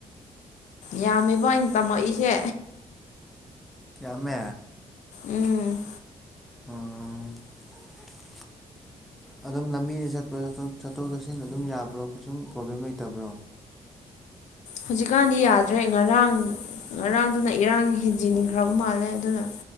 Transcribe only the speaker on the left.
ꯌꯥꯝꯃꯦꯕ ꯑꯩꯅ ꯇꯝꯃꯛꯏꯁꯦ
ꯎꯝ
ꯍꯧꯖꯤꯛꯀꯥꯟꯗꯤ ꯌꯥꯗ꯭ꯔꯦ ꯉꯔꯥꯡ ꯉꯔꯥꯡꯗꯨꯅ ꯏꯔꯥꯡ ꯍꯦꯟꯖꯤꯟꯈ꯭ꯔꯕ ꯃꯥꯜꯂꯦ ꯑꯗꯨꯅ